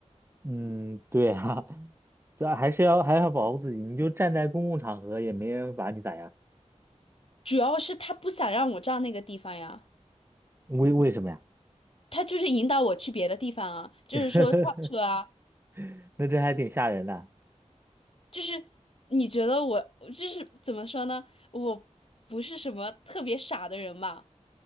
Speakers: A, on the right; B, on the left.
A: 嗯 <laughs>，对啊，<laughs> 这还是要还是要保护自己，你就站在公共场合也没人把你咋样，
B: 主要是他不想让我站那个地方呀，
A: 为为什么呀？
B: 他就是引导我去别的地方啊，就是说上车啊。
A: <laughs> 那这还挺吓人的。
B: 就是你觉得我就是怎么说呢？我不是什么特别傻的人嘛。